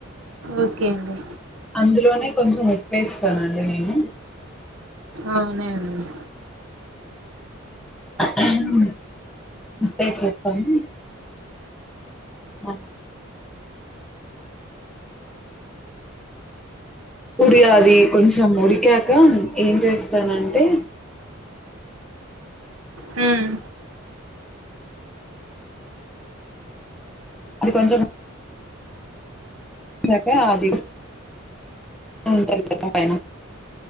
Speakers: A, on the right; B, in the centre.
A: ఓకే అండి
B: అందులోనే కొంచెం ఉప్పేస్తానండి నేను
A: అవునండి
B: ఉప్పు ఎసెస్కొని అ ఉడి ఆది కొంచెం ఉడికాక ఏం చేస్తానంటే
A: హ్మ్
B: అది కొంచెం ఎక అది ఉంటది కద పైన